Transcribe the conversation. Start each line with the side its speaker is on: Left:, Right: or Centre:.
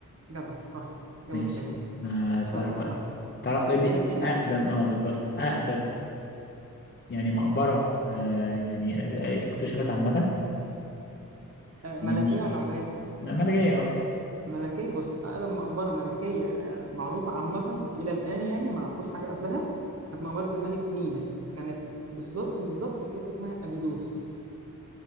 Right: جدع صح إجابة
Left: ماشي
Right: صحيحة
Left: آه، اسالك
Right: شاطر
Left: بقى
Right: عامة
Left: تعرف تقول
Right: اتنين
Left: لي
Right: اتنين
Left: اقدم اه بالظبط اقدم يعني مقبره آه يعني اكتشفت عامه
Right: آه ملكية
Left: يعني مش
Right: ولا عادية
Left: لا، ملاجئيه اه
Right: ملكية بص أقدم مقبرة ملكية آه معروفة عامة إلى الآن يعني ما عرفوش حاجة قبلها كانت مقبرة الملك مينا كانت بالظبط بالظبط في حتة اسمها أبيدوس